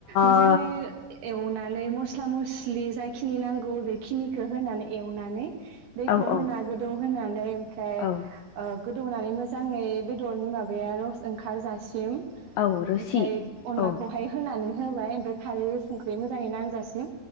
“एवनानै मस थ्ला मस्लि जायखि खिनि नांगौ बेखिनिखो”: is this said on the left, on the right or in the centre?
Right